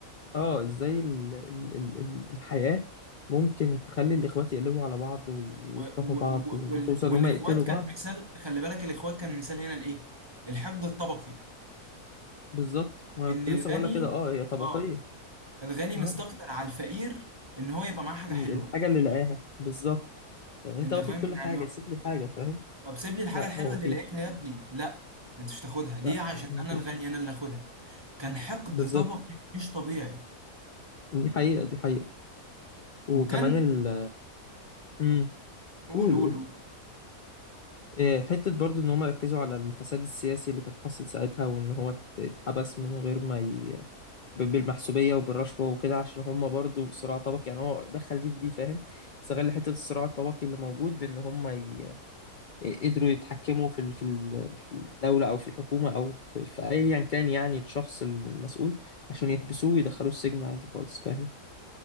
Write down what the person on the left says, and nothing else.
اه ازاي ال... ال... ال... ال- الحياة ممكن تخلي الاخوات يقلبوا على بعض وي... ويكرهوا
بعض
وتوصل
ان هم يقتلوا
بعض
بالظبط ما انا
كنت
لسه بقول لك كده اه هي طبقية
اه
ال...
الحاجة اللي لقاها بالظبط انت
واخد
كل
حاجة سيب لي حاجة فاهم
لا
هو مفيش
لا
مفيش
بالظبط
دي حقيقة دي حقيقة وكمان
ال امم
قول
قول
آه، حتة برضو ان هم ركزوا على الفساد السياسي اللي كان حاصل ساعتها وان هو ات- اتحبس من غير ما ي... ب- بالمحسوبية وبالرشوة وكده عشان هما برضو صراع طبقي يعني هو دخل دي في دي فاهم استغل حتة الصراع الطبقي اللي موجود بإن هما ي... قدروا يتحكموا في ال... في ال... في الدولة أو في الحكومة أو في, في أيا كان يعني الشخص المسؤول عشان يحبسوه ويدخلوه السجن عادي خالص فاهم